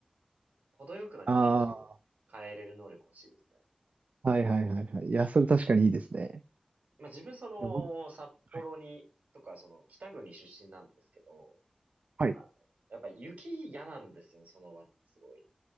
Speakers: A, on the right; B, on the right.
A: 程よくなんか天気を変えれる能力欲しいですね。
B: ああー、はいはいはいはい。いや、それ確かにいいですね。
A: まあ、自分その、
B: いや、僕、
A: 札幌に、
B: はい。
A: とか、その、北国出身なんですけど、
B: はい。
A: あの、やっぱ雪嫌なんですよね、その割にすごい。